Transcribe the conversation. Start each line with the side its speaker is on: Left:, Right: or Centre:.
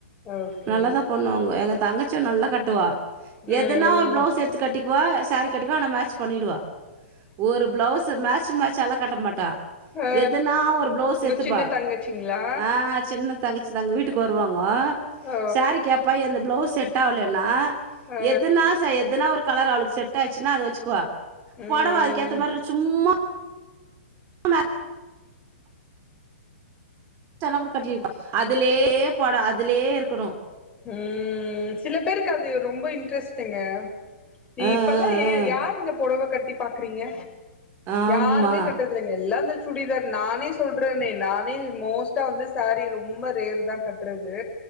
Left: ஓகே
Right: நல்லதா பண்ணுவாங்க எங்க தங்கச்சியு நல்லா கட்டுவா
Left: ம்
Right: எதுனா ஒரு ப்ளவுஸ் எடுத்து கட்டிக்குவா சாரீ கட்டிக்குவா ஆனா மேச் பண்ணிடுவா ஒரு பிளவுஸ் மேட்சுக் மேச்சாலா கட்ட மாட்டா
Left: ஆ
Right: எதுனா ஒரு பிளவுஸ்
Left: உங்க
Right: எடுதுப்பா
Left: சின்ன தங்கச்சிங்களா
Right: ஆ சின்ன தங்கச்சி தாங்க வீட்டுக்கு வருவாங்கோ
Left: ஓ
Right: சாரீ கேப் ப்பா எந்து பிளவுஸ் செட் ஆவுலேனா
Left: ஆ
Right: எதுனா ச எதுனா ஒரு கலர் அவளுக்கு செட் ஆச்சுனா அது வச்சுக்குவா
Left: ம்
Right: பொடவ அதுக்கேத்த மாரி சும்மா அ மே சான்ன கூட கட்டிருப்பா அதுலேயே பட அதுலேயே இருக்கணு
Left: ம் சில பேருக்கு அது ரொம்ப இன்ட்ரெஸ்ட்டுங்க நீ
Right: ஆ ஆ
Left: இப்பல்லா எ
Right: ஆ
Left: யாரு இந்த பொடவ கட்டி பாக்குறீங்க
Right: ஆமா
Left: யாருமே கட்றது துங்க எல்லா இந்த சுடிதார் நானே சொல்றேனே நானே மோஸ்ட்டா வந்து சாரி ரொம்ப ரேர் தா கட் ட்றது